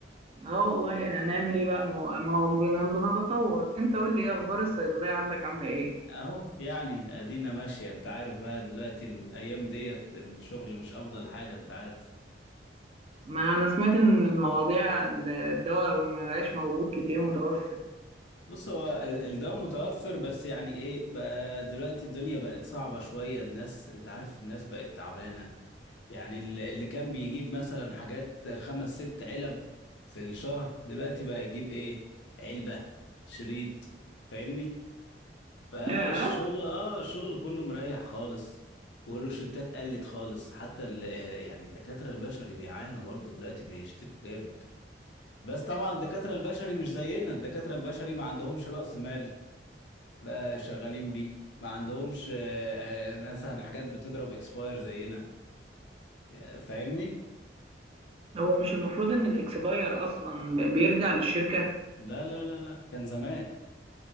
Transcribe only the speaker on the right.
اه والله يعني هنعمل
ايه بقى المو... ما هو بن- بنتطور انت قول لي ايه اخبار الصيدليه عندك عامله ايه
ما انا سمعت ان المواضيع الدواء ما بقاش موجود كتير متوفر
ياه
هو مش المفروض ان الاكسباير اصلا بيرجع للشركه